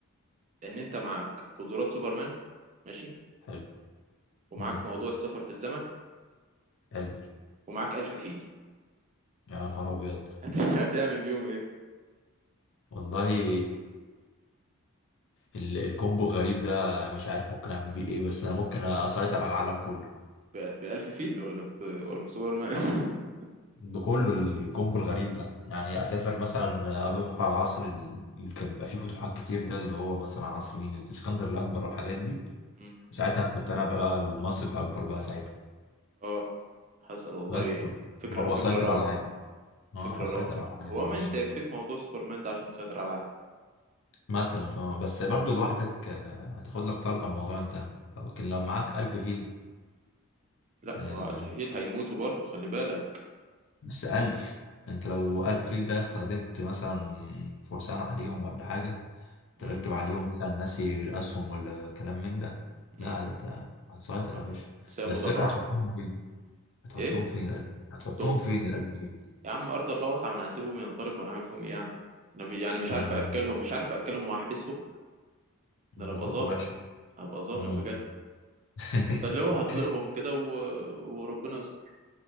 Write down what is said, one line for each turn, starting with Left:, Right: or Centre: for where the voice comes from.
Right: ان انت معاك قدرات سوبرمان ماشي
Left: حلو
Right: ومعاك
Left: مم.
Right: موضوع السفر في الزمن
Left: حلو
Right: ومعاك ألف فيل
Left: يا نهار أبيض
Right: هت... <laughs> هتعمل بيهم ايه
Left: والله ال- الكومبو غريب ده مش عارف ممكن أعمل بيه إيه بس أنا ممكن أسيطر على العالم كله
Right: بال- بالألف فيل ولا ب... ولا بسوبرمان <laughs>
Left: بكله الكومبو الغريب ده يعني اسافر مثلا اروح عصر ال- اللي كان بيبقى فيه فتوحات كتير ده اللي هو مثلا عصر مين الاسكندر الاكبر والحاجات دي
Right: مم.
Left: وساعتها كنت انا بقى, بقى المصري الاكبر بقى ساعتها
Right: اه حصل والله
Left: بس و-
Right: فكرة
Left: واسيطر
Right: فكرة روعة
Left: على العالم اه
Right: فكرة
Left: اسيطر
Right: روعة
Left: على العالم
Right: هو ما
Left: يا باشا
Right: انت يكفيك موضوع سوبرمان ده عشان تسيطر على العالم
Left: مثلا اه بس برضو لوحدك آه، هتاخد لك طلقه الموضوع انتهى لكن لو معاك ألف فيل
Right: لا
Left: آه،
Right: ما هو ألف فيل هيموتوا برضو خلي بالك
Left: بس ألف انت لو ألف فيل ده استخدمت مثلا فرسان عليهم ولا حاجة تركب
Right: مم.
Left: عليهم مثلا ناسي الاسهم ولا كلام من ده
Right: مم.
Left: لا ده هتسيطر
Right: اه
Left: يا باشا
Right: ساقية
Left: بس
Right: مدرعة
Left: الفكره هتحطهم فين هتحطهم
Right: ايه
Left: فين القلب هتحطهم
Right: حطهم
Left: فين القلب فين
Right: يا عم ارض الله واسعة ما انا هسيبهم ينطلقوا وانا هعمل فيهم ايه يعني انا بي- يعني مش
Left: يعني
Right: عارف اكلهم مش عارف اكلهم واحبسهم ده انا ابقى
Left: هتبقى
Right: ظالم
Left: وحشه
Right: هبقى ظالم
Left: آه.
Right: بجد
Left: <laughs>
Right: فاللي هو هطلقهم كده و... وربنا يستر